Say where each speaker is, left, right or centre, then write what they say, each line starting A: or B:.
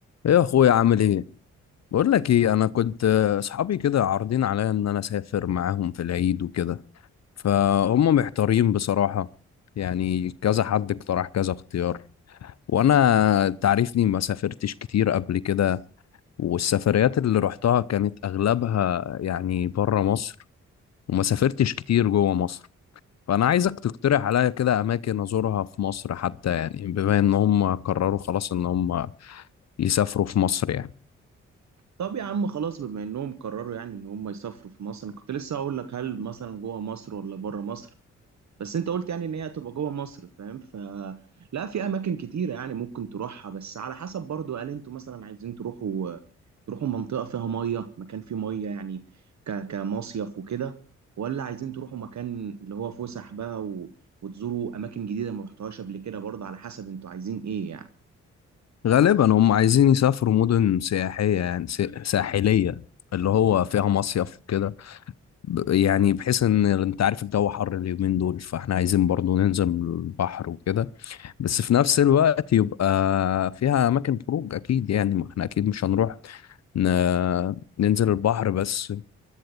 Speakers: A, on the left; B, on the right.
A: ايه يا اخويا عامل ايه بقول لك ايه انا كنت آه، اصحابي كده عارضين عليا ان انا اسافر معاهم في العيد وكده فهم محتارين بصراحة يعني كذا حد اقترح كذا اختيار وانا تعرفني ما سافرتش كتير قبل كده والسفريات اللي رحتها كانت اغلبها يعني بره مصر وما سافرتش كتير جوه مصر فانا عايزك تقترح عليا كده اماكن ازورها في مصر حتى يعني بما ان هم قرروا خلاص ان هم يسافروا في مصر يعني
B: طب يا عم خلاص بما انهم قرروا يعني ان هم يسافروا في مصر انا كنت لسه هقول لك هل مثلا جوه مصر ولا بره مصر بس انت قلت يعني ان هي هتبقى جوه مصر فاهم ف لا في اماكن كتيره يعني ممكن تروحها بس على حسب برضو هل انتوا مثلا عايزين تروحوا تروحوا منطقه فيها ميه مكان فيه ميه يعني ك... كمصيف وكده ولا عايزين تروحوا مكان اللي هو فسح بقى و... وتزوروا اماكن جديده ما رحتوهاش قبل كده برضه على حسب انتوا عايزين ايه يعني
A: غالبا هم عايزين يسافروا مدن سياحية يعني س- ساحلية اللي هو فيها مصيف كده ب- يعني بحيث ان انت عارف الجو حر اليومين دول فاحنا عايزين برضو ننزل البحر وكده بس في نفس الوقت يبقى فيها اماكن خروج اكيد يعني ما احنا اكيد مش هنروح ن... ننزل البحر بس